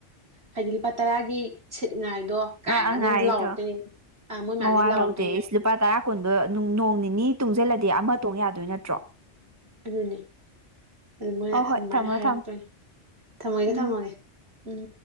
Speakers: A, on the right; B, on the right.
A: ꯍꯥꯏꯗꯤ ꯂꯨꯄꯥ ꯇꯔꯥꯒꯤ ꯁꯤꯠꯉꯥꯏꯗꯣ ꯀꯥꯏꯅꯒ
B: ꯑꯣ
A: ꯑꯗꯨꯝ
B: ꯉꯥꯏꯔꯤꯗꯣ
A: ꯂꯥꯎꯔꯛꯇꯣꯏꯅꯦꯕ ꯑꯥ ꯃꯣꯏ ꯃꯌꯥꯝꯁꯤ
B: ꯃꯋꯥ
A: ꯂꯥꯎꯔꯛꯇꯣꯏꯅꯦꯕ꯫
B: ꯂꯧꯗꯦ ꯏꯁ ꯂꯨꯄꯥ ꯇꯔꯥ ꯀꯨꯟꯗꯣ ꯅꯣꯡ ꯅꯤꯅꯤ ꯇꯨꯡꯁꯤꯜꯂꯗꯤ ꯑꯃꯥ ꯇꯣꯡ ꯌꯥꯗꯣꯏ ꯅꯠꯇ꯭ꯔꯣ꯫
A: ꯑꯗꯨꯅꯦ꯫ ꯑꯗꯨ ꯃꯣꯏꯅ
B: ꯍꯣꯏ ꯍꯣꯏ
A: ꯑꯗꯨꯃꯥꯏꯅ
B: ꯊꯝꯃꯣ
A: ꯍꯥꯏꯔꯛꯄꯅꯤ
B: ꯊꯝꯃꯣ
A: ꯊꯝꯃꯒꯦ
B: ꯎꯝ
A: ꯊꯝꯃꯒꯦ ꯎꯝ꯫